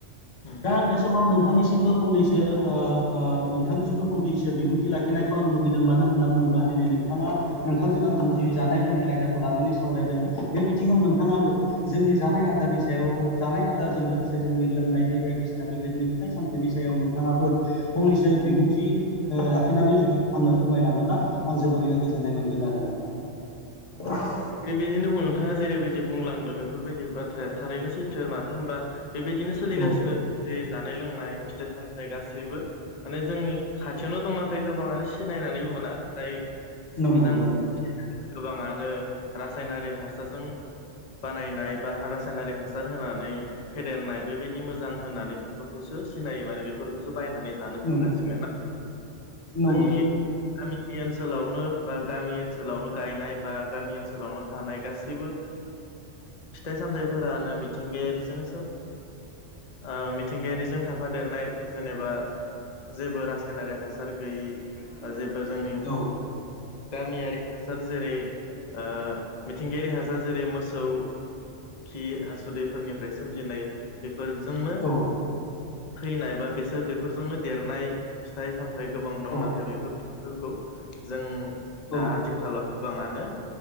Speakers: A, on the left; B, on the left.
A: उम
B: दा आं बे समाव नोंथांनिसिमबो फंनैसो ओ ओ नोंथांनिसिमबो फंनैसो बिबुंथि लाखिनायखौ आं लु गैदों मानो होनना बुङोब्ला दिनै नोंथाङा नोंथांजों आंजों जि जानाय लोंनाय आयदाखौ लानानै सावरायदों बे बिथिङाव नोंथाङाबो जोंनि जानाय आदारनि सायाव जानाय आदारजों लोगोसे जोंनि लोंनाय दै बायदिसिना बेबायदिनो फिथाइ सामथाइनि सायाव नोंथाङाबो फंनैसो बिबुंथि लाखिनानै जुदि आंनो फोरमायलाङोब्ला आं जोबोरैनो गोजोननाय मोनगोन आरो नोंथां।
A: बेबायदिनो नोंथाङा जेरैबायदि बुंलांदो बेफोरबायदि बाथ्राया थारैनो सैथो मानो होनबा बेबायदिनो सोलिगासिनो
B: औ
A: दं जे जानाय लोंनाय फिथाइ सामथाइ गासैबो माने जोंनि खाथियावनो दं नाथाय गोबाङानो सिनायनानैबो मोना जाय मोजां
B: नंगौ नंगौ
A: गोबाङानो रासायनारि हासारजों बानायनाय बा रासायनारि हासार होनानै फेदेरनाय बेबायदि मोजां होनानै बेफोरखौसो सिनायो माने बेफोरखौसो बायनानै जानो थांगासिनो
B: नंगौ नंगौ
A: जोंनि ओनसोलावनो बा गामि ओनसोलावनो गायनाय बा गामि ओनसोलावनो थानाय गासैबो फिथाइ सामथाइफोरानो मिथिंगायारिजों सो आ मिथिंगायारिजों थाफादेरनाय जेनेबा जेबो रासायनारि हासार गैयि जे बो जोंनि
B: औ
A: गामियारि हासार जेरै ओ मिथिंगायारि हासार जेरै मोसौ खि हासुदैफोरनिफ्राय सोमजिनाय बे फोरजोंनो
B: औ
A: फैनाय बा बेसोर बेफोरजोंनो देरनाय फिथाइ-साम थाय गोबां दं
B: औ
A: नाथाय बेफोरफोरखौ जों दा
B: औ
A: आथिखालाव गोबाङानो